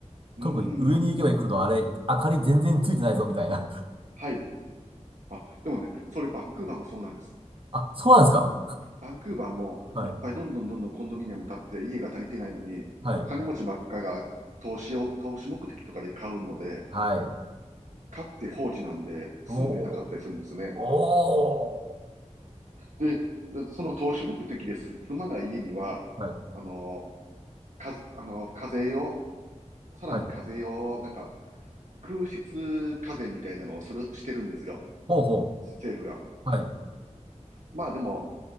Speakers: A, on the right (about 75°); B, on the right (about 45°).
A: ーん。
B: 特に上に行けば行くほど、あれ、明かり全然ついてないぞみたいな。
A: はい。あ、でもね、それバンクーバーもそうなんです。
B: あ、そうなんですか。
A: バンクーバーもいっぱいどんどんどんどんコンドミニアム建って家が足りてないのに、
B: はい、はい、
A: 金持ちばっかが投資を、投資目的とかで買うので、
B: はい。
A: 買って放置なんで住んでなかったりするんですね。
B: おー、お
A: で、その投資目的です住まない家には、
B: ー、はい、
A: あの、かぜ、あの、課税を、さらに課税を、
B: はい、はい。
A: なんか、空室課税みたいなのをする、してるんですよ。
B: ほうほ
A: 政府が。
B: う、はい。
A: まあでも、